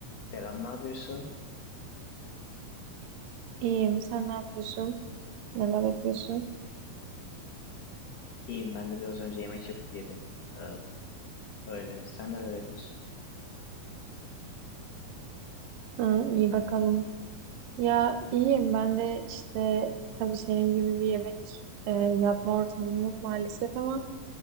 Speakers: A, on the left; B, on the right.
A: Selam, ne yapıyorsun?
B: İyiyim. Sen ne yapıyorsun? Neler yapıyorsun?
A: İyiyim, ben de biraz önce yemek yapıp yedim. Ee, öyle. Sen neler yapıyorsun?
B: Ha, iyi bakalım. Ya iyiyim. Ben de işte tabii senin gibi bir yemek e, yapma ortamım yok maalesef ama